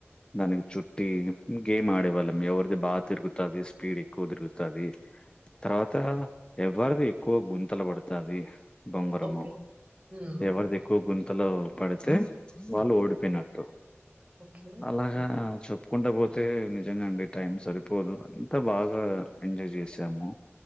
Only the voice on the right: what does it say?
ఓకే. హ్మ్.
హ్మ్. ఓకే.